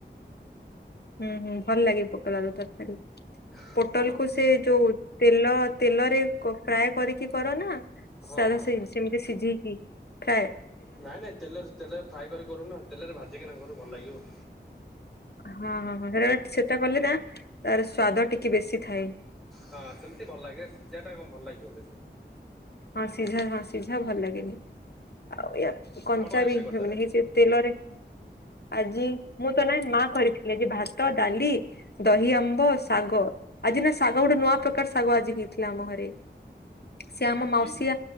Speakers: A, on the left; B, in the centre.
A: ହୁଁ ହୁଁ ଭଲ ଲାଗେ ପୋଟ ଆଳୁ ତରକାରୀ।
B: ହଁ
A: ପୋଟଲ କୁ ସେ ଯୋଉ ତେଲ ତେଲରେ ଫ୍ରାଏ କରିକି କର ନା
B: ହଁ ହଁ
A: ସାଧା
B: ହଁ
A: ସେ ସେମିତି ସିଝେଇି କି କି ପ୍ରାଏ
B: ନାଇଁ ନାଇଁ ତେଲରେ ତେଲରେ ଫ୍ରାଏ କରି କରୁନା ତେଲରେ ଭାଜିକିନା କରୁ ଭଲ ଲାଗିବ।
A: ହଁ ହଁ ହଁ ସେଟା ସେଟା କଲେ ନା ତାର ସ୍ଵାଦ ଟିକେ ବେଶୀ ଥାଇ,
B: ହଁ ସେମିତି ଭଲ ଲାଗିବ ସିଝା ଟା କଣ ଭଲ ଲାଗିବ ବେଶି।
A: ହଁ ସିଝା ହଁ ସିଝା ଭଲ ଲାଗେନି, ଆଉ କଞ୍ଚା
B: ଆପଣ କଣ ରୋଷେଇ
A: ବି
B: କରିଥିଲେ?
A: ହେବନି କିଛି ତେଲରେ ଆଜି ମୁଁ ତ ନାଇଁ ମା କରିଥିଲି ଭାତ, ଡାଲି, ଦହି ଆମ୍ବ, ଶାଗ, ଆଜି ନା ଶାଗ ଗୋଟେ ନୂଆ ପ୍ରକାର ଶାଗ ଆଜି ହେଇଥିଲା ଆମ ଘରେ। ସେ ଆମ ମାଉସିଆ
B: କି କି